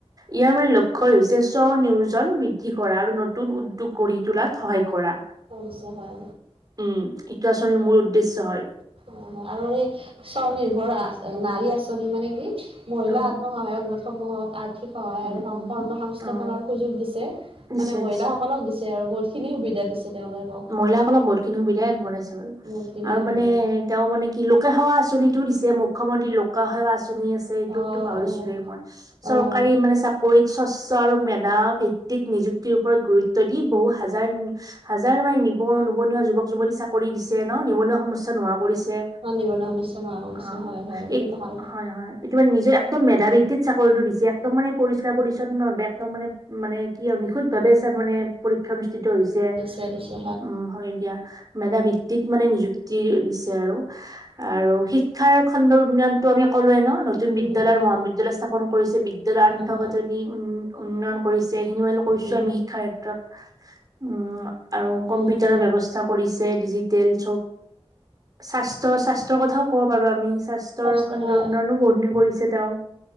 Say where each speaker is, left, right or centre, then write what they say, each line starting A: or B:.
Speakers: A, on the right; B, on the right.
A: ইয়াৰ মানে লক্ষ্য হৈছে স্বনিয়োজন বৃদ্ধি কৰা, আৰু নতুন উদ্যোগ গঢ়ি তোলাত সহায় কৰা।
B: কৰিছে হয়
A: উম এইটো আঁচনিৰ মূল উদ্দেশ্য হয়।
B: অ' আৰু সেই স্বনিৰ্ভৰ নাৰী আচনি মানে কি মহিলা
A: অ
B: আত্মসহায়ক গোটসমূহক আৰ্থিক সহায়
A: উম
B: আৰু
A: উম
B: কৰ্ম সংস্থাপনৰ
A: অ
B: সুযোগ দিছে।
A: নিশ্চয়
B: মানে মহিলাাসকলক
A: নিশ্চয়
B: দিছে আৰু বহুত খিনি সুবিধা দিছে। তেওঁলোকক
A: মহিলাসকলক বহুতখিনি সুবিধাই আগবঢ়াইছে বাৰু,
B: বহুতখিনি
A: আৰু
B: সুবিধা
A: মানে তেওঁ মানে কি লোক লোকসেৱা আঁচনিটো দিছে। মুখ্যমন্ত্ৰী লোকসেৱা আঁচনি চনি আছে এইটোকতো
B: অ',
A: পাহৰিছিলো
B: অ',
A: মই। চৰকাৰী
B: অ',
A: মানে চাকৰিত স্বচ্ছ আৰু মেধা ভিত্তিক নিযুক্তিৰ ওপৰত গুৰুত্ব দি বহু হাজাৰ যাৰ মানে নি নিবনুৱা যুৱক যুৱতী চাকৰি দিছে ন, নিবনুৱা সমস্যা নোহোৱা কৰিছে যে
B: নিবনুৱা সমস্যা নোহোৱা কৰিছে
A: অ'
B: হয়, হয় এইটো
A: এত
B: ভাল
A: হয় হয় এত নিজৰ একদম মেধা ভিত্তিত চাকৰিটো দিছে। একদম মানে পৰিষ্কাৰ পৰিচ্ছন্ন একদম মানে মানে কি আৰু নিখুত ভাৱে চব মানে পৰীক্ষা অনুষ্ঠিত হৈছে,
B: দিছে দিছে
A: উম হয় দিয়া। মেধা ভিত্তিত মানে নিযুক্তি দিছে আৰু, আৰু শিক্ষাৰ খণ্ডৰ উন্নয়নতটো আমি ক'লোৱে ন। নতুন বিদ্যয়ালয়
B: উম, অ',
A: মহাবিদ্যালয় স্থাপন কৰিছে, বিদ্যালয় আন্ন্তঃগথনি
B: হয়, হয়
A: উ উন্নয়ন কৰিছে খিনি ম কৈছো
B: উম,
A: আমি শিক্ষাৰ ক্ষেত্ৰত উম আৰু
B: বহুতখিনি
A: কম্পিউটাৰৰ ব্যৱস্থা কৰিছে য়ে ডিজিটেল চব, স্বাস্থ্য স্বাস্থ্যৰ কথাওঁ ক'ব পাৰো আমি। স্বাস্থ্যৰ
B: কষ্ট
A: খণ্ডৰ
B: হয়
A: উন্নয়নো বহুখিনি কৰিছে তেওঁ।